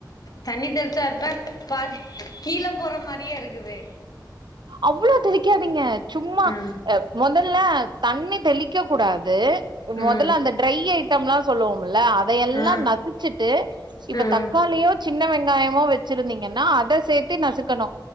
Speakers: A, on the left; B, on the right.
A: தண்ணி தெளிச்சா தா பாதி கீழ போற மாரியே இருக்குதே
B: அவ்ளோ தெளிக்காதீங்க சும்மா
A: ம்
B: அ மொதல்ல தண்ணி தெளிக்க கூடாது
A: ம்
B: மொதல்ல அந்த ட்ரை ஐட்டம்ல சொல்லுவோம்ல அதயெல்லா
A: ஆ
B: நசிச்சுட்டு இப்ப
A: ம்
B: தக்காளியோ சின்ன வெங்காயமோ வெச்சிருதீங்கன்னா அத சேத்து நசுக்கணு